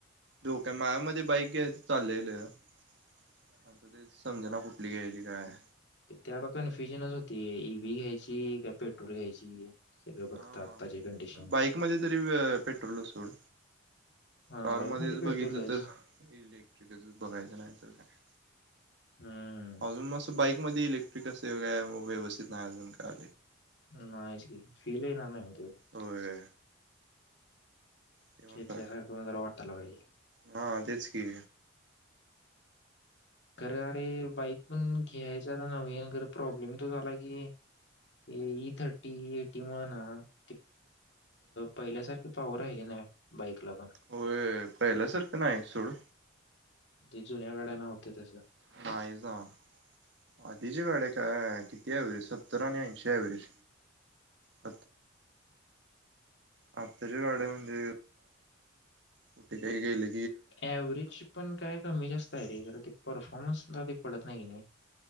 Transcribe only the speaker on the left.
त त्या लोकांनी कन्फ्युजनच होती ईव्ही घ्यायची काय पेट्रोल घ्यायची सगळं बघता
आत्ताची कंडिशन.
हां,
बाईकमध्ये
पेट्रोलच.
हम्म.
नाहीच की फी <unintelligible> तो
घेतल्यासारखं वगैरे वाटाय लागलय
खरं अरे बाईक पण घ्यायच आता नवीन प्रॉब्लेम तो झाला की इई <unintelligible> ते पहिल्यासारखी पावर राहिली नाही. <unintelligible>
ते जुन्या गड्या नव्हत्या तेजा
ऍवरेज पण काय कमी जास्त काय रे ते परफॉर्मन्स ते पडत नाही कणी